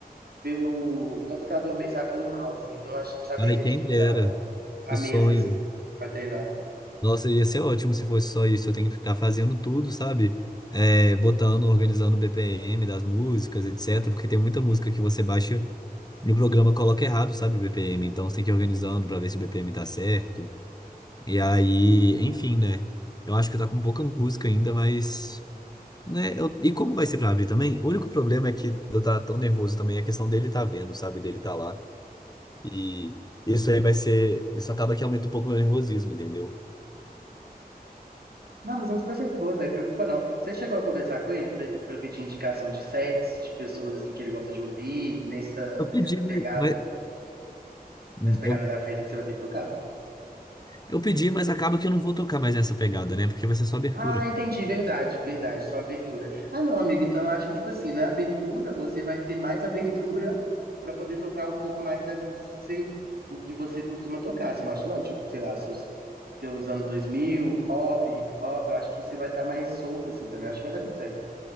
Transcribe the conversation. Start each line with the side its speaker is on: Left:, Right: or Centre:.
Right: pelo computador mesmo, sabe? Pelo mouse. Eu Não, ach- não sabia
Left: Ai,
Right: que você
Left: quem
Right: tinha que
Left: dera,
Right: usar a
Left: que
Right: mesa,
Left: sonho.
Right: assim, pra treinar.
Left: Nossa, ia ser ótimo se fosse só isso, eu tenho que ficar fazendo tudo, sabe? É, botando, organizando o BPM das músicas, etc, porque tem muita música que você baixa e o programa coloca errado, sabe, o BPM, então você tem que ir organizando pra ver se o BPM tá certo. E aí, enfim, né? Eu acho que tá com pouca música ainda, mas. Né? eu- e como vai ser pra abrir também? O único problema é que eu tá tão nervoso também, a questão dele tá vendo, sabe? Dele tá lá. E isso aí vai ser. Isso acaba que aumenta um pouco o meu nervosismo, entendeu?
Right: Não, mas é um conceito bom, não preocupa não. Você chegou a conversar com ele pra pra pedir indicação de sets, de pessoas, assim, que ele gosta de ouvir, nessa,
Left: Eu pedi,
Right: nessa pegada,
Left: mas. mas- hum,
Right: nessa pegada
Left: eu,
Right: da festa que você vai ter que tocar?
Left: eu pedi, mas acaba que eu não vou tocar mais nessa pegada, né? Porque vai ser só abertura.
Right: Ah, entendi, verdade, verdade, só abertura. Ah, não, amigo, então eu acho que, tipo assim, na abertura você vai ter mais <laughs> abertura pra poder tocar um pouco mais das músicas que você- do que você costuma tocar, você não acha, não? Tipo, sei lá, os seus, seus anos 2000, pop, hip hop, eu acho que você vai estar mais solto, assim, também, eu acho que vai dar tudo certo.